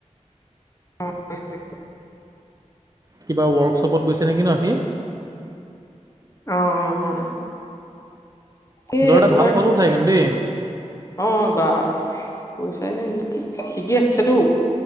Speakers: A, on the left (about 25°); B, on the right (about 30°).
A: হয় ছাগে।
B: কিবা ৱৰ্কশ্বপত গৈছে নেকি ন' সি?
A: অ', অ', অ'। এই
B: দৰ এটা
A: তোমাৰ
B: ভাল ফ'টো উঠায় কিন্তু দেই।
A: অ' বা কৈছে ইনে সি শিকি আছেতো।